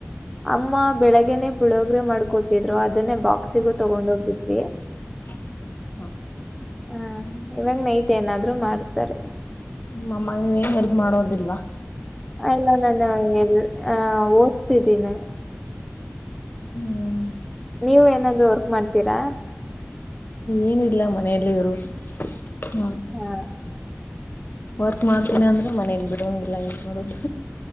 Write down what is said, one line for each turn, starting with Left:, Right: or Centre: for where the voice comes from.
Centre: ಅಮ್ಮ ಬೆಳಗ್ನೆೇ ಪುಳೋಗ್ರೆ ಮಾಡ್ಕೊಟ್ಟಿದ್ರು ಅದನ್ನೇ ಬಾಕ್ಸಿಗೂ ತಗೊಂಡೋಗಿದ್ವಿ
Left: <unintelligible>
Centre: ಹಾ ಇವಾಗ ನೈಟ್ ಏನಾದ್್ರರು ಮಾಡ್ತಾರೆ
Left: ನಮ್ಮಾಗ ನೀವು ಏನು ಹೆಲ್ಪ್ ಮಾಡೋದಿಲ್ವಾ
Centre: ಎಲ್ಲ ನಾನು ಎ ಆ ಓದ್ತಿದ್ದೀನಿ
Left: ಹ್ಮ್
Centre: ನೀವು ಏನಾದ್್ರೂ ವರ್ಕ್ ಮಾಡ್ತೀರಾ
Left: ಏನಿಲ್ಲ ಮನೆಯಲ್ಲಿ ಇರೋದು ಹ
Centre: ಹಾ
Left: ವರ್ಕ್ ಮಾಡ್ತೀನಿ ಅಂದರೆ ಮನೇಿಂದ ಬಿಡೋಂಗಿಲ್ಲ ಏನು ಮಾಡೋದು